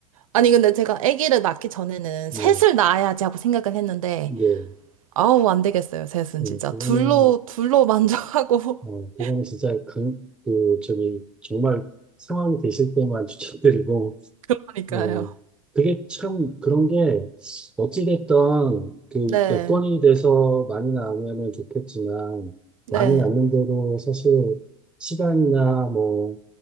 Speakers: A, on the right (about 75°); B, in the centre.
A: 아니, 근데 제가 아기를 낳기 전에는
B: 뭐,
A: 셋을 낳아야지 하고 생각은 했는데,
B: 네,
A: 아우, 안 되겠어요, 셋은
B: 네,
A: 진짜.
B: 그거는,
A: 둘로, 둘로 만족하고.
B: 어,
A: <laughs>
B: 그거는 진짜 강, 그, 저기, 정말 상황이 되실 때만 <laughs> 추천드리고,
A: 그러니까요.
B: 네, 그게 참 그런 게 어찌됐던 그
A: 네,
B: 여건이 돼서 많이 나오면은 좋겠지만
A: 네.
B: 많이 낳는 대로 사실 시간이나 뭐,